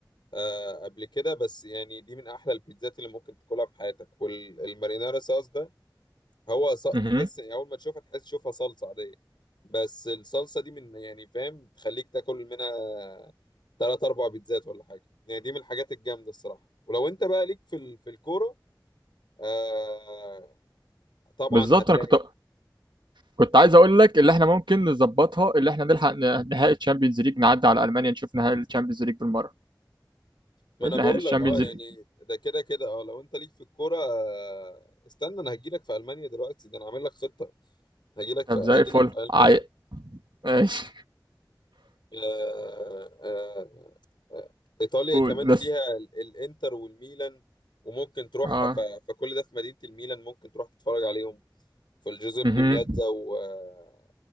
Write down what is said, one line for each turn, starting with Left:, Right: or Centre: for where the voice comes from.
Left: آه قبل كده بس يعني دي من أحلى البيتزات اللي ممكن تاكلها في حياتك والمارينارا صوص ده هو ص... تحس
Right: مهم.
Left: يعني اول ما تشوفها تحس تشوفها صلصه عاديه بس الصلصه دي من يعني فاهم تخليك تاكل منها تلات اربع بيتزات ولا حاجه يعني دي من الحاجات الجامده الصراحه ولو انت بقى ليك في ال... في الكوره آه... طبعا
Right: بالظبط
Left: هتلاقي
Right: انا كنت كنت عايز اقول لك اللي احنا ممكن نظبطها اللي احنا نلحق ن- نهائي الشامبيونز ليج نعدي على المانيا نشوف نهائي الشامبيونز ليج بالمره
Left: ما انا
Right: نهائي
Left: بقول
Right: الشامبيونز
Left: لك اه يعني
Right: ليج
Left: ده كده كده اه لو انت ليك في الكوره آه... استنى انا هجيلك في المانيا دلوقتي ده انا عامل لك خطه هجيلك
Right: طب
Left: في هجيلك
Right: زي الفل
Left: في المانيا
Right: عاي ماشي
Left: آه، آه، آه، آه، ايطاليا
Right: قول
Left: كمان
Right: بس
Left: فيها ال- الانتر والميلان وممكن تروح
Right: اه
Left: ف- فكل ده في مدينة الميلان ممكن تروح تتفرج عليهم في الجوزيبي
Right: مهم.
Left: مياتزا و- آه،